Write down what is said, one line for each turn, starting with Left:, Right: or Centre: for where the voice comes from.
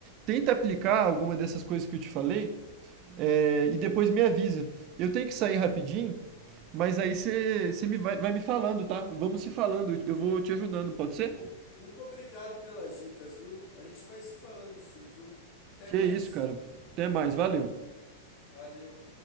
Right: Tenta aplicar
Left: É.
Right: alguma dessas coisas que eu te falei, é, e depois me avisa. Eu tenho que sair rapidinho, mas aí você você me vai, vai me falando, tá? Vamos se falando, eu vou
Left: Tá
Right: te
Left: bom.
Right: ajudando, pode ser?
Left: Mu- Muito obrigado pelas dicas, viu? A gente vai se falando sim, viu? Até
Right: Que
Left: mais.
Right: isso, cara. Até mais, valeu.
Left: Valeu.